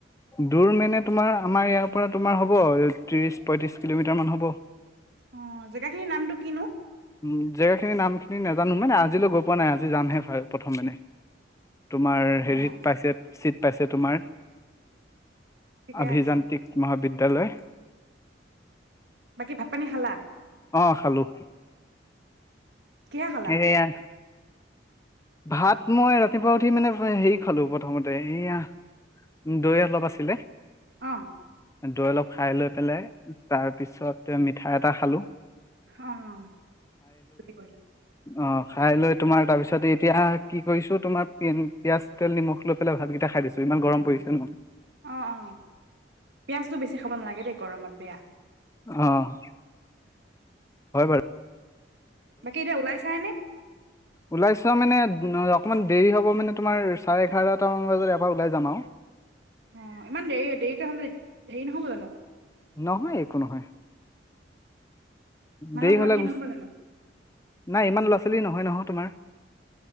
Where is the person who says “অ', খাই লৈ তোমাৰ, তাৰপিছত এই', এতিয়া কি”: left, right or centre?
Left